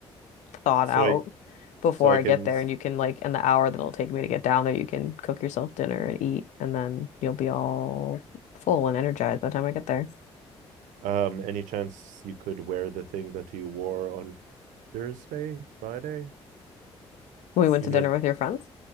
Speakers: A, on the left; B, on the right.
A: thawed
B: So
A: out
B: I
A: before
B: so I
A: I
B: can
A: get there and you can like in the hour that it'll take me to get down there, you can cook yourself dinner and eat and then you'll be all full and energized by the time I get there.
B: um any chance you could wear the thing that you wore on Thursday, Friday?
A: we went
B: You
A: to
B: know,
A: dinner with your friends.